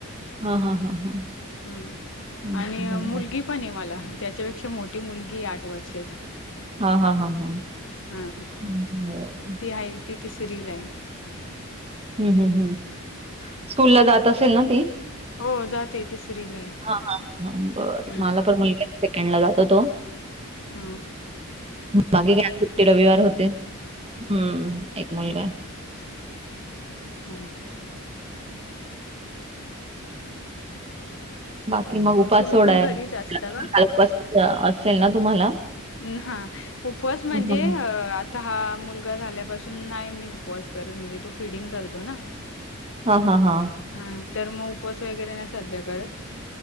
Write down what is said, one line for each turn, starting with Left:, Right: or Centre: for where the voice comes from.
Right: हां, हां, हां, हां.
Left: <inaudible>
Right: हं,
Left: आणि अ
Right: बरं.
Left: मुलगी पण ये मला हं त्याच्यापेक्षा मोठी मुलगीये आठ वर्षाची.
Right: हा हा हा हा.
Left: हा.
Right: हम् ह.
Left: ती हाये ती तिसरीलाय.
Right: हम् हम् हम्, स्कूलला जात असेल ना ती? <inaudible>
Left: हो जाते तिसरीला आहे.
Right: हा हा, हम् ह बर
Left: हं,
Right: मला तर मुलग्या सेकंड ला जातो तो.
Left: हम्‌.
Right: बाकी काय आज सुट्टी रविवार होते. हम्म एक मुलगा.
Left: हम्म्.
Right: बाकी मग उपास
Left: तुम्ही
Right: सोडाय
Left: पण घरीच असता
Right: <unintelligible>
Left: का?
Right: असेल ना तुम्हाला?
Left: अं हा उपवास म्हणजे
Right: हं.
Left: अ- आता हा मुलगा झाल्यापासून नाई मी उपवास करत म्हणजे तो फिडिंग करतो ना.
Right: हा हा हा.
Left: हा तर म उपवास वगैरे नाही सध्या करत.